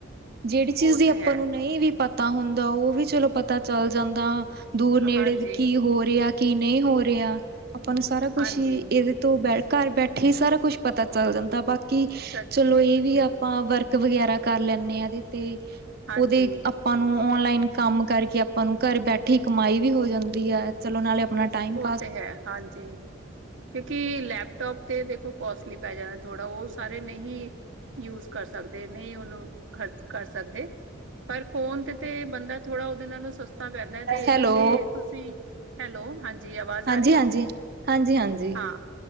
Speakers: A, on the right; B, on the right.
A: ਜਿਹੜੀ ਚੀਜ਼
B: ਉਹ
A: ਦੀ
B: ਤੇ
A: ਆਪਾਂ
B: ਹੈ
A: ਨੂੰ ਨਹੀਂ ਵੀ ਪਤਾ। ਪਤਾ ਹੁੰਦਾ, ਉਹ ਵੀ ਚਲੋ ਪਤਾ ਚੱਲ ਜਾਂਦਾ ਦੂਰ ਨੇੜੇ
B: ਹਾਂਜੀ
A: ਵੀ ਕੀ ਹੋ ਰਿਹਾ। ਕੀ ਨਹੀਂ ਹੋ ਰਿਹਾ, ਆਪਾਂ ਨੂੰ ਸਾਰਾ ਕੁਛ
B: ਹਾਂਜੀ
A: ਹੀ ਏਦੇ ਤੋਂ ਬੈਠ, ਘਰ ਬੈਠੇ ਹੀ ਸਾਰਾ ਕੁੱਛ ਪਤਾ ਚੱਲ ਜਾਂਦਾ, ਬਾਕੀ ਕੀ
B: ਸੱਚੀ
A: ਚਲੋ ਇਹ ਵੀ
B: ਹਮ
A: ਆਪਾਂ ਵਰਕ ਵਗੈਰਾ ਕਰ ਲੈਂਨੇ ਆ, ਏ ਦੇ ਤੇ
B: ਹਾਂਜੀ
A: ਉਹਦੇ ਆਪਾਂ ਨੂੰ ਔਨਲਾਈਨ ਕੰਮ ਕਰਕੇ ਆਪਾਂ ਨੂੰ ਘਰ ਬੈਠੇ ਈ ਕਮਾਈ ਵੀ ਹੋ ਜਾਂਦੀ ਹੈ, ਚਲੋ ਨਾਲੇ ਆਪਣਾ ਟਾਈਮ
B: ਉਹ
A: ਪਾਸ
B: ਤੇ ਹੈ ਹਾਂਜੀ ਕਿਉਂਕਿ ਲੈਪਟੋਪ ਤੇ ਦੇਖੋ ਕੋਸਟਲੀ ਪੈ ਜਾਂਦਾ ਥੋੜ੍ਹਾ, ਉਹ ਸਾਰੇ ਨਹੀਂ ਯੂਜ ਕਰ ਸਕਦੇ, ਨਹੀਂ ਉਹਨੂੰ ਖਰਚ ਕਰ ਸਕਦੇ ਪਰ ਫੋਨ ਤੇ ਤੇ ਬੰਦਾ ਥੋੜਾ ਉਹਦੇ ਨਾਲ ਸਸ ਤਾ ਪੈਂਦਾ, ਤੇ ਇਹਦੇ
A: ਹੈਲੋ
B: ਚ ਤੁਸੀਂ, ਹੈਲੋ ਹਾਂਜੀ ਦੀ ਆਵਾਜ਼
A: ਹਾਂਜੀ
B: ਆ ਰਹੀ ਹੈ,
A: ਹਾਂਜੀ ਹਾਂਜੀ ਹਾਂਜੀ
B: ਹਾਂ